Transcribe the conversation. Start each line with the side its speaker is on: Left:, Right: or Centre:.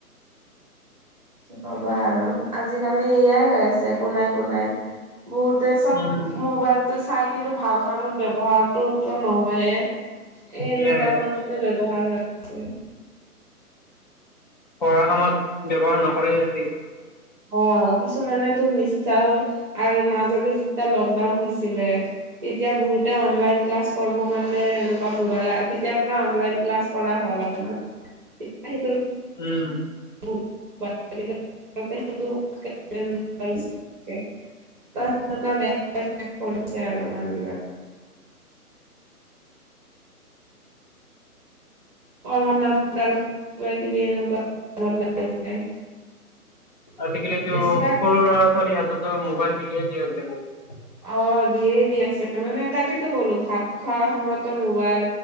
Right: কি কবা আৰু। আজিকালি এয়াই হৈ আছে একো নাই একো নাই। বহুতে চব
Left: উম,
Right: মোবাইলটো চাই কিন্তু ভাল কামত ব্যৱ ব্যৱহাৰটোতো নহয়ে এই
Left: সেয়াই
Right: এনেকুৱা কামতে ব্যৱহাৰ হৈ‌ আছে।
Left: পঢ়া কামত ব্যৱহাৰ নকৰে আজিকালি।
Right: অহ, কিছুমানেতো মিছাও আৰু মাজতে যেতিয়া লকডাউন হৈছিলে তেতিয়া বহুতে অনলাইন ক্লাছ কৰিবৰ কাৰণে এনেকুৱা মবাইল তেতিয়া পৰা অনলাইন ক্লাছ কৰা হ'ল। <unintelligible> এতিয়া সেই
Left: উম।
Right: <unintelligible> <unintelligible> এনেকুৱা বেয়া কৰিছে আৰু মানুহবিলাক। পঢ়াৰ নামত আৰু কিবা-কিবি এনেকুৱা। কামত লাগি যায়
Left: আজিকালিটো
Right: বেছিভাগ
Left: সৰু ল'ৰা-ছোৱালীৰ হাতত মোবাইল দিয়ে দিয়াছে বহুতক।
Right: অহ, দিয়েই দি আছে, মানে তাকেতো ক'লো ভাত খোৱা সময়তো মোবাইল।